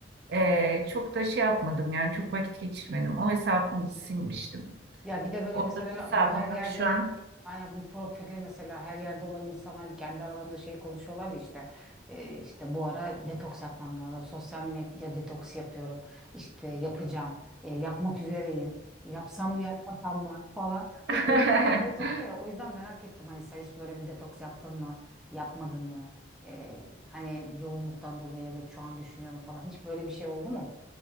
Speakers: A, in the centre; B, on the right.
A: Hı
B: e,
A: hı.
B: çok da şey yapmadım. Yani çok vakit geçirmedim. O hesabımı silmiştim.
A: Ya bir de böyle
B: Orada
A: mesela
B: bir hesabım
A: bu her yerde
B: yok şu an.
A: aynen bu profili mesela her yerde olan insanlar kendi aralarında şey konuşuyorlar ya işte e, işte bu ara detoks yapmam lazım. Sosyal medya detoks yapıyorum. İşte yapacağım. e, yapmak üzereyim. Yapsam mı yapmasam mı falan. Hep
B: <laughs>
A: böyle bir muhabbet oluyor ya. O yüzden merak ettim hani sen hiç böyle bir detoks yaptın mı? Yapmadın mı? E, hani yoğunluktan dolayı evet şu an düşünüyorum falan. Hiç böyle bir şey oldu mu?